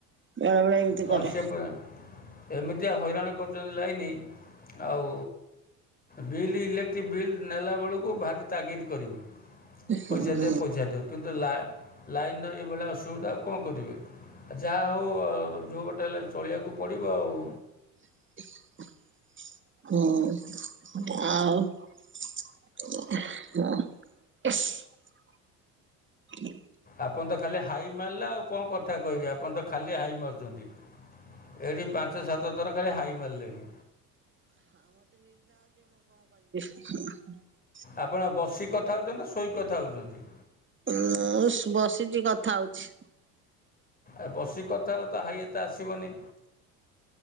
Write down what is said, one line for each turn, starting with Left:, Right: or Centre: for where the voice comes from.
Right: ବେଳେବେଳେ ଏନତି
Left: ହଁ
Right: କରେ।
Left: ସେ ପୁରା ଏମିତିଆ ହଇରାଣ କରୁଛନ୍ତି ଲାଇନି ଆଉ। ବିଲ୍ ଇଲେକ୍ଟ୍ରିକ୍ ବିଲ୍ ନେଲା ବେଳକୁ ଭାରି ତାଗିଦ କରିବେ। ପଇସା
Right: ହୁଁ।
Left: ଦିଅ ପଇସା ଦିଅ କିନ୍ତୁ କିନ୍ତୁ ଲା-ଲାଇନ୍ ର ଏଇଭଳିଆ ଅସୁବିଧା ଆଉ କଣ କରିବେ ଯାହା ହଉ। ଯଉ ଗଟେ ହେଲେ ଚଳିବାକୁ ପଡ଼ିବ ଆଉ।
Right: ହୁଁ ଆଉ ହ ହ
Left: ଆପଣ ତ ଖାଲି ହାଇ ମାରିଲା ଆଉ କଣ କଥା କହିବେ ଆପଣ ତ ଖାଲି ହାଇ ମାରୁଛନ୍ତି। ଏଇଠି ପାଞ୍ଚ ସାତ ଥର ଖାଲି ହାଇ ମାରିଲେଣି।
Right: ହ
Left: ଆପଣ ବସି କଥା ହେଉଛନ୍ତି ନା ଶୋଇ କଥା ହେଉଛନ୍ତି।
Right: ଉ ବସିଚ, କଥା ହଉଛି।
Left: ଏ ବସିକି କଥା ହେଲେ ତ, ହାଇ ଏତେ ଆସିବନି?